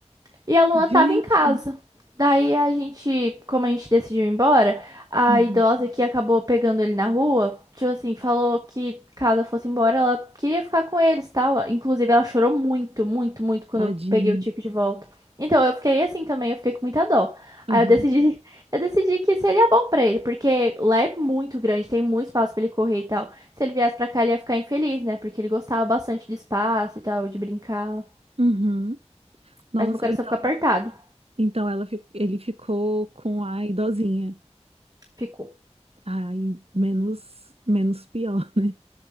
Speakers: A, on the right (about 35°); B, on the right (about 60°).
A: E a Luna
B: gente,
A: tava em casa. Daí a gente, como a gente decidiu ir embora, a
B: Uhum.
A: idosa que acabou pegando ele na rua, tipo assim, falou que caso eu fosse embora, ela queria ficar com eles, tal. Inclusive, ela chorou muito, muito, muito quando
B: tadinho.
A: eu peguei o Tico de volta. Então, eu fiquei assim também, eu fiquei com muita dó.
B: Aham.
A: Aí eu decidi, <laughs> eu decidi que seria bom pra ele, porque lá é muito grande, tem muito espaço pra ele correr e tal. Se ele viesse pra cá, ele ia ficar infeliz, né? Porque ele gostava bastante de espaço e tal, de brincar.
B: Uhum. Nossa,
A: Mas meu coração
B: então,
A: ficou apertado.
B: então ela, fi- ele ficou com a idosinha.
A: Ficou.
B: Aí, menos, menos pior, né?